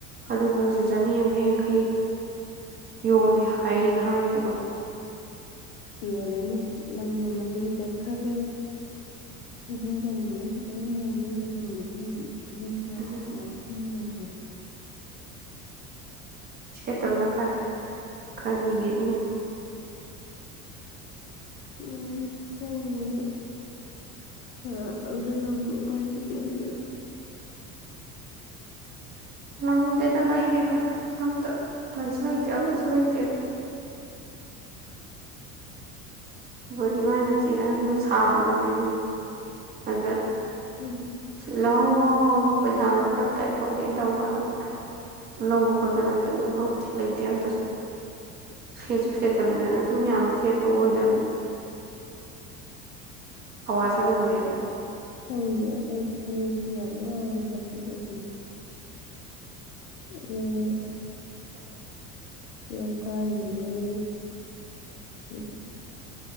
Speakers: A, on the right; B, on the left.
A: ꯑꯗꯨꯗꯣ ꯍꯧꯖꯤꯛ ꯆꯅꯤ ꯌꯥꯡꯈꯩ ꯌꯥꯡꯈꯩ ꯌꯣꯜꯂꯦ ꯍꯥꯏꯌꯦꯅ ꯍꯥꯏꯌꯦꯕ
B: ꯌꯣꯜꯂꯅꯤ ꯂꯪ ꯃꯃꯟ ꯍꯦꯟꯒꯠꯈ꯭ꯔꯝꯅꯦꯕ ꯐꯤꯖꯤꯟ ꯆꯟꯕꯗ ꯆꯥꯅꯤ ꯌꯥꯡꯈꯩ ꯌꯣꯜꯂꯝꯕꯗꯣ ꯏꯌꯨꯡꯒ
A: ꯎꯝ
B: ꯕꯥꯁꯤ ꯌꯧꯈ꯭ꯔꯦ
A: ꯁꯦꯠꯇꯕꯅ ꯐꯔꯦ ꯀꯔꯤꯒꯤ ꯎꯝ
B: ꯂꯣꯏꯌꯦꯅꯦ ꯍꯣꯡꯉꯤꯉꯩꯗ ꯈꯔ ꯂꯧꯖꯤꯜꯍꯧꯕ ꯎꯄꯥꯏꯂꯩꯇꯦ ꯍꯧꯖꯤꯛ
A: ꯂꯧꯗꯦꯗ ꯂꯩꯗꯦ ꯑꯈꯣꯏ ꯀꯩꯝꯇ ꯂꯩꯁꯨ ꯂꯩꯇꯦ ꯑꯝꯇꯁꯨ ꯂꯩꯇꯦ
B: <inaudible>
A: ꯑꯩꯈꯣꯏ ꯏꯃꯥꯏ ꯃꯆꯦ ꯑꯍꯟꯗꯨ ꯁꯥꯕꯅꯦ ꯃꯣꯏꯗꯤ ꯑꯗ
B: ꯎꯝ
A: ꯁꯤꯜ ꯂꯍꯧꯑꯣ ꯄꯩꯁꯥꯅ ꯐꯔꯛꯇꯥꯏ ꯈꯣꯠꯂꯩꯅ ꯇꯧꯕ ꯀꯥꯟꯗ ꯂꯧꯕ ꯈꯣꯠꯄ ꯅꯠꯇꯅ ꯂꯧꯗꯦ ꯂꯩꯇꯦ ꯑꯝꯇꯁꯨ ꯁꯦꯠꯁꯨ ꯁꯦꯠꯇꯕꯅꯤꯅ ꯑꯗꯨꯝ ꯌꯥꯝ ꯁꯦꯠꯄ ꯑꯣꯏꯗꯕꯅꯤ ꯍꯧꯋꯥ ꯁꯥꯖꯟꯗꯦꯕꯁꯨ
B: ꯈꯪꯗꯦ ꯑꯇꯩꯗꯤ ꯐꯅꯦꯛꯇꯤ ꯌꯥꯝ ꯉꯥꯎꯋꯦꯕꯕꯨꯗꯤ ꯃꯣꯏꯅ
A: <unintelligible>
B: ꯂꯩꯀꯥꯏ ꯗꯨꯗꯗꯤ <unintelligible>